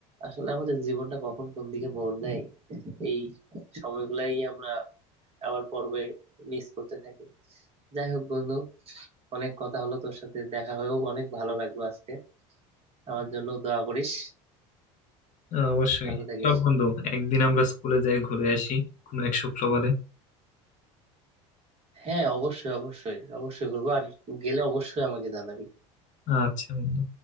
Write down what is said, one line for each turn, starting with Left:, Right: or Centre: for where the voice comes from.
Right: আসলে আমাদের জীবনটা কখন কোন দিকে মোড় নেয় এই সময়গুলাই আমরা আবার পর্বে মিস করতে থাকি যাই হোক বন্ধু অনেক কথা হলো তোর সাথে দেখা হয়েও অনেক ভালো লাগলো আজকে আমার জন্য দোয়া করিস
Left: হ্যাঁ, অবশ্যই
Right: ভালো থাকিস
Left: চল বন্ধু একদিন আমরা স্কুলে যাই ঘুরে আসি কোনো এক শুক্রবারে
Right: হ্যাঁ অবশ্যই অবশ্যই অবশ্যই ঘুরবো আর গেলে অবশ্যই আমাকে জানাবি
Left: আচ্ছা বন্ধু